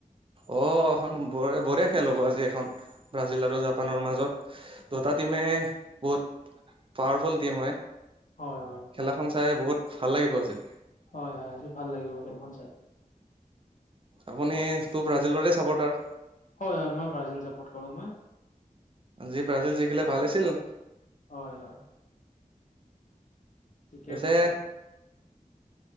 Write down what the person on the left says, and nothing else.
হয়
হয়
হয় হয় আজি ভাল লাগিব খেলখন চাই
হয় হয় মই ব্ৰাজিল চাপৰ্ট কৰো মই
হয় হয় ঠিকে
কৈছে